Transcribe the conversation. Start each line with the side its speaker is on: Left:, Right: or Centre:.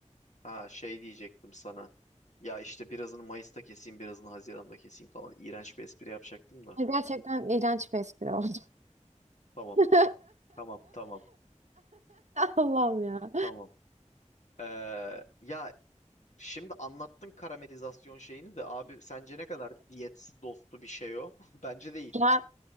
Left: Ha şey diyecektim sana. Ya işte birazını Mayıs'ta keseyim, birazını Haziran'da keseyim falan. İğrenç bir espri yapacaktım da.
Right: Gerçekten iğrenç bir espri oldu.
Left: Tamam,
Right: <laughs>
Left: tamam, tamam,
Right: Allah'ım ya.
Left: tamam. Ee, ya şimdi anlattın karamelizasyon şeyini de abi sence ne kadar diyet dostu bir şey o? <laughs> Bence değil.
Right: Ya